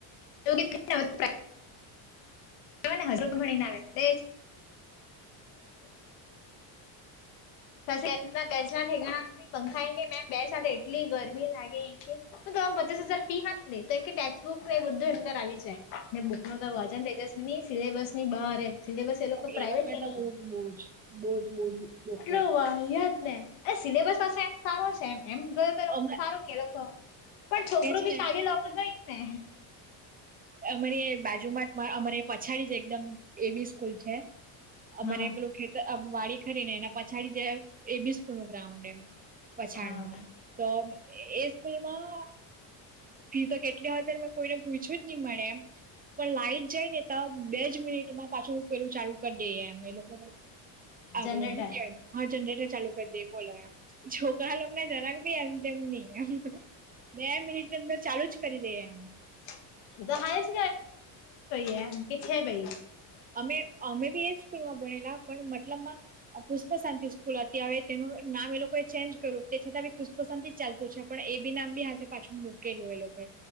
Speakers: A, on the left (about 80°); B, on the right (about 20°).
A: <inaudible> <inaudible> ભણી ને આવે તે જ. <inaudible> ઠેકાણાય નથી. એટલી ગરમી લાગે <inaudible> પચાસ હજાર ફી હાની લે તો કે ટેક્સ બુક એ બધું અંદર આવી જાય. ને બુક નો તો વજન તેજસ્વી ની સિલેબસની બાર એમ સિલેબસ પ્રાઇવેટ
B: એ લોકો ને
A: કે
B: તો
A: ની
B: બો <unintelligible>
A: કેટલું વીહિયાત ને સિલેબસ હશે એમ સારો છે એમ એમ જોઈએ તો એ લોકો
B: અમે
A: સારું કે લોકો પણ છોકરું
B: છે
A: બી
B: ને
A: કાલી લાવવું જોઈએ ને
B: અમારે બાજુમાં અમારે પછાડી જ એકદમ એવી સ્કૂલ છે
A: હા
B: મને પેલું ખેતર વાડી ખરી ને એના પછાડી જે એ બી <unintelligible> ગ્રાઉન્ડ એમ પછાડ
A: હા
B: નો તો એ સ્કૂલમાં ફી તો કેટલી હ ને પૂછ્યું જ ની મળે એમ પણ લાઈટ જાય ને તો બે જ મિનિટ માં પાછળ પેલું ચાલુ કરી દઈએ એમ એ લો <inaudible>
A: જનરેટર
B: બોલો હુ કેવાય હા જનરેટર ચાલુ કરી દે બોલો છો ઘણા લોકોને જરાક ભી એમ તેમ ની એમ બે મિનિટ ની અંદર ચાલુ જ કરી દે એમ
A: તો તો હારીજ <unintelligible> એમ કે છે ભઈ.
B: અમે અમે બી એ સ્કૂલમાં ભણેલા પણ મતલબમાં પુષ્પ શાંતિ સ્કૂલ અતી હવે તેનું નામ એ લોકોએ ચેન્જ કર્યુ તે છતાં ભી પુષ્પસંતિ ચાલતું છે. પણ એ બી નામ બી હાતે પાછું મૂકેલું એ લોકો